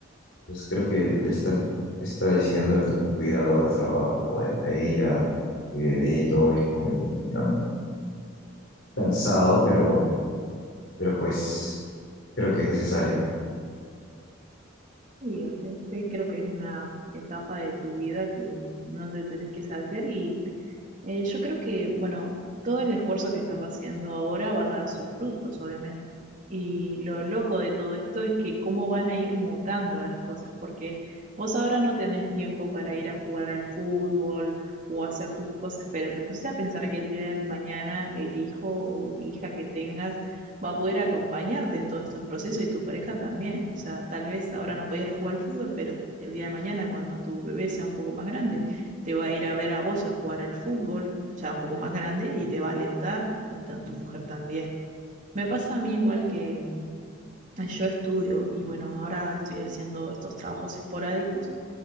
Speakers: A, on the left (about 65°); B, on the right (about 40°).
A: Entonces creo que le estar, estar así dándole tanto cuidado al trabajo, a, a ella, mi bebé y todo, es como que me han- cansado, pero, pero pues creo que es necesario.
B: Y eh, creo que es una etapa de tu vida que no te tenés que saltear y Eh, yo creo que, bueno, todo el esfuerzo que estás haciendo ahora va a dar sus frutos, obviamente. Y lo loco de todo esto es que cómo van a ir mutando las cosas, porque vos ahora no tenés tiempo para ir a jugar al fútbol o hacer tus cosas, pero te pusiste a pensar que el día de mañana el hijo o hija que tengas va a poder acompañarte en todos estos procesos y tu pareja también. O sea, tal vez ahora no podías jugar al fútbol, pero el día de mañana cuando tu bebé sea un poco más grande te va a ir a ver a vos a jugar al fútbol, ya un poco más grande, y te va a alentar, y ta- tu mujer también. Me pasa a mí igual que mm, yo estudio y bueno, ahora estoy haciendo estos trabajos esporádicos